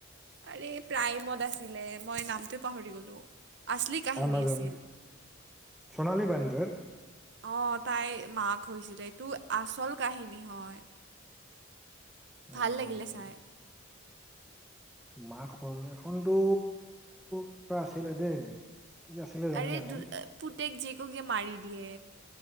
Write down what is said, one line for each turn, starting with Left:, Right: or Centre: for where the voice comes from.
Right: আৰে প্ৰাইমত আছিলে মই নামটোৱে পাহৰি গ'লো। আচলি কাহিনী
Centre: আমাজন
Right: আছিল।
Centre: চণালী বান্দ্ৰেৰ
Right: অ তাইৰ মাক হৈছিলে, এইটো আচল কাহিনী হয়।
Centre: উম
Right: ভাল লাগিলে
Centre: উম উম।
Right: চাই
Centre: মাক সকলোৱে এখনতো কিবা আছিলে দেই। কি আছিলে জানো
Right: আৰে
Centre: এখন
Right: দু পুতেক জীয়েকক যে মাৰি দিয়ে।